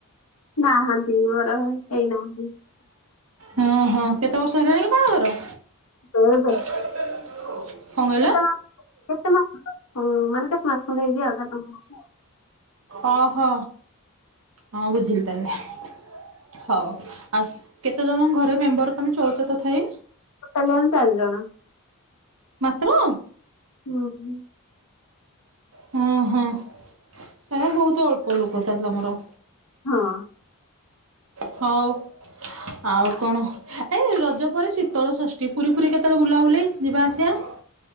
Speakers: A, on the left (about 75°); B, on the right (about 65°).
A: ନାହାନ୍ତି ମୋର କେହି ନାହାନ୍ତି।
B: ହଁ ହଁ କେତେ ବର୍ଷ ହେଲାଣି କି ବାହାଘର?
A: ଚୋଉଦ।
B: କଣ କହିଲ?
A: କେତେ ମାସ କହିଲେ? ଉଁ ମାନେ ଏଇଟା ଫାଷ୍ଟ ଖଣ୍ଡେ ହେଇଚି ଆଉ। ଚାରି ପାଞ୍ଚ
B: ଓହୋ ହଁ ବୁଝିଲି ତାହେଲେ। ହଉ ଆଉ କେତେ ଜଣ ଘରେ ମେମ୍ବର ତମେ ଚଳୁଚ ତଥାପି?
A: ଟୋଟାଲି ଆମେ ଚାରି ଜଣ।
B: ମାତ୍ର
A: ହୁଁ
B: ହଁ ହଁ ଏ ବହୁତ ଅଳ୍ପ ଲୋକ ତାହାଲେ ତମର
A: ହଁ
B: ହଉ ଆଉ କଣ ଏଇ ରଜ ପରେ ଶୀତଳ ଷଷ୍ଠୀ ପୁରୀ ଫୁରୀ କେତେବେଳେ ବୁଲାବୁଲି ଯିବା ଆସିବା